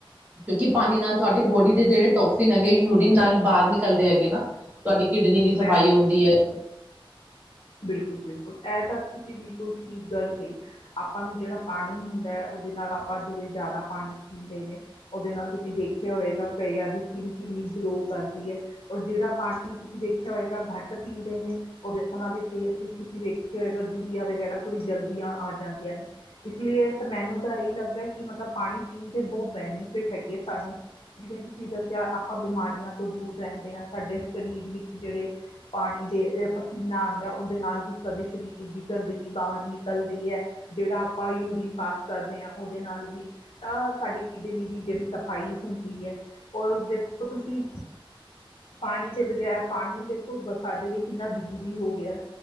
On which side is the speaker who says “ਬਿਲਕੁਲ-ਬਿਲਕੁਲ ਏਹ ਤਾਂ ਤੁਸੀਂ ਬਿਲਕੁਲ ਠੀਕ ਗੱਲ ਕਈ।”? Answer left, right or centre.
Left